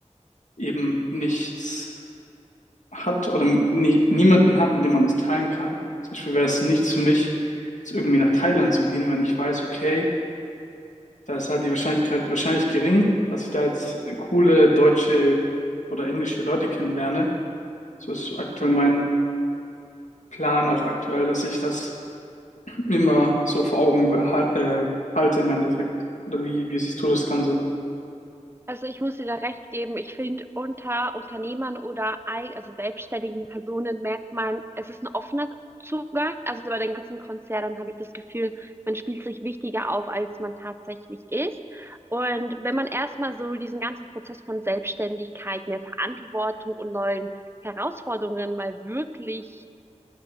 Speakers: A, on the left; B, on the right.
A: eben nichts hat oder nie, niemanden hat, mit dem man das teilen kann. Zum Beispiel wäre es nichts für mich, jetzt irgendwie nach Thailand zu gehen, wenn ich weiß, okay, Da ist halt die Wahrscheinlichkeit wahrscheinlich gering, dass ich da jetzt coole deutsche oder englische Leute kennenlerne. So ist aktuell mein Plan auch aktuell, dass ich das immer so vor Augen behal- äh, halte im Endeffekt. Oder wie, wie siehst du das Ganze?
B: Also ich muss dir da recht geben. Ich finde, unter Unternehmern oder ei- also selbstständigen Personen merkt man, es ist ein offener Zugang. Also bei den ganzen Konzernen habe ich das Gefühl, man spielt sich wichtiger auf, als man tatsächlich ist. Und wenn man erstmal so diesen ganzen Prozess von Selbstständigkeit, mehr Verantwortung und neuen Herausforderungen mal wirklich,